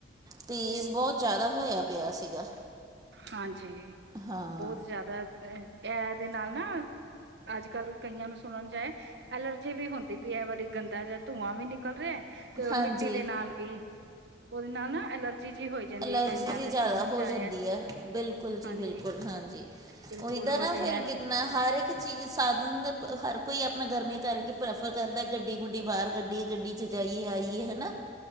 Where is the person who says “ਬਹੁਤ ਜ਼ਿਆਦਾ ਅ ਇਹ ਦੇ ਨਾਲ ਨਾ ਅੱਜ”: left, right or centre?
Right